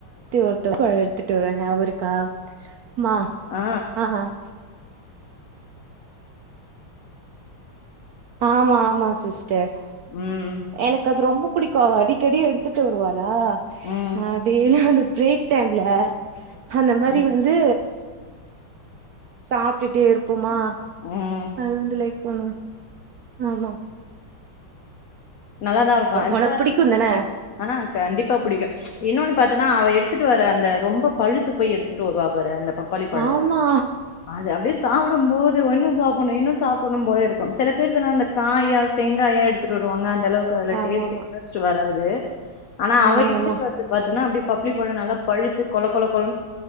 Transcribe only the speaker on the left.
ஆ.
ம்.
ம்.
ம்.
ம்.
நல்லாதா இருக்கு இப்ப
ஆஹ்ஹா கண்டிப் ம்ப புடிக்கு இன்னொன்னு பாத்தன்னா அவ எடுத்துட்டு வர அந்த ரொம்ப பழுத்து போய் எடுத்துட்டு வருவா பாரு அந்த பப்பாளி பழத்த
அது அப்டியே சாப்டும்போது ஒன்னும் சாப்பிடும் இன்னும் சாப்பிடும் போல இருக்கும் சில பேர் அந்த காயா செங்காயா எடுத்துட்டு வருவாங்க அந்த அந்த அளவுக்கு அதுல
டேஸ்ட்
<unintelligible> வராதுல்ல தே ஆனா அவ
எடுத்துட்டு
வரது பாத்தன்னா அப்டியே பப்ளி பழோ நல்லா பழுத்து கொழக்கொழக்